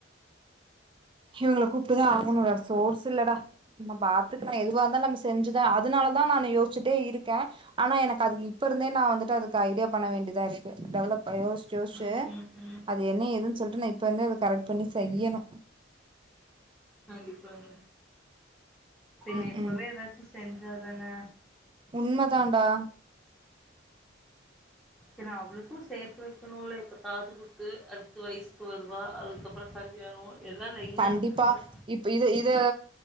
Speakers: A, on the right; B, in the centre.
A: இவங்க கூப்புட்டுதா ஆகணு வேற சோர்ஸ் இல்லடா நம்ம பாத்துக்கலா எதுவா இருந்தாலு நம்ம செஞ்சுதா அதனாலதா நானு யோசிச்சட்டே இருக்கே ஆனா எனக்கு அதுக்கு இப்ப இருந்தே நா வந்துட்டு அதுக்கு ஐடியா பண்ண வேண்டியதா இருக்கு டெவலப் யோசிச்சி யோசிச்சி
B: ம் ம் ம்
A: அது என்ன ஏதுன்னு சொல்ட்டு நா இப்ப இருந்தே அத கரெக்ட் பண்ணி செய்யணு
B: கண்டிப்பாங்க சே ந
A: ம்
B: இப்பவே
A: ம்
B: எதாச்சி செஞ்சா ஆ
A: உண்ம தான்டா
B: ஏ நா அவளுக்கு சேத்து வைக்கணுல இப்ப காதுகுத்து அடுத் து வயசக்கு வருவா அதுக்கப்பறோ கல்யாணோ எல்லா லைனா
A: கண்டிப்பா
B: இருகுல்ல
A: இப்ப இது இது